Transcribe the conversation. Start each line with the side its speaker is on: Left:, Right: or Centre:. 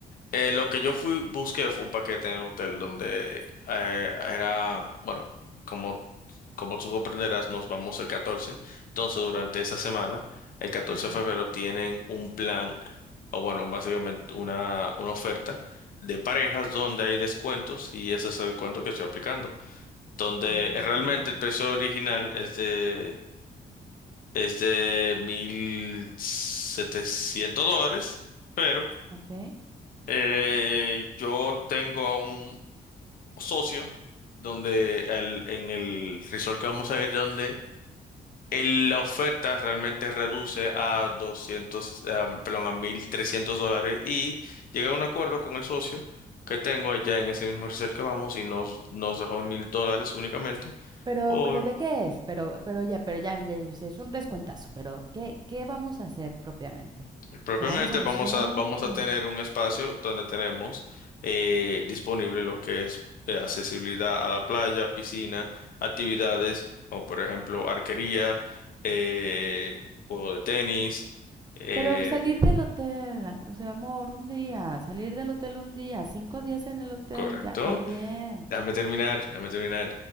Left: Eh, lo que yo fui, busqué fue un paquete en el hotel donde eh, era, bueno, como, como tú comprenderás, nos vamos el 14. Entonces, durante esa semana, el 14
Right: Ujú.
Left: de febrero, tienen un plan, o bueno, básicamente una, una oferta de parejas donde hay descuentos y ese es el descuento que estoy aplicando. Donde
Right: Mm,
Left: realmente el precio original es de es de 1.700 dólares, pero
Right: ok.
Left: eh, yo tengo a un socio donde al- en el resort que vamos a ir, donde el- la oferta realmente reduce a 200, a- perdón, a 1.300 dólares y llegué a un acuerdo con el socio que tengo allá en ese mismo resort que vamos y nos, nos dejó en 1.000 dólares únicamente
Right: Pero,
Left: por...
Right: pero ¿de qué es? Pero, pero ya, pero ya, ya, ya sé, es un descuentazo. Pero, ¿qué, qué vamos a hacer propiamente?
Left: Propiamente
Right: ¿Se vamos a bucear
Left: vamos a, vamos a
Right: o...?
Left: tener un espacio donde tenemos eh, disponible lo que es eh, accesibilidad a la playa, piscina, actividades como por ejemplo arquería, eh, juego de tenis, eh,
Right: Pero salir del hotel, o sea, amor, un día, salir del hotel un día, cinco días en el hotel,
Left: correcto.
Right: ya también.
Left: Déjame terminar, déjame terminar.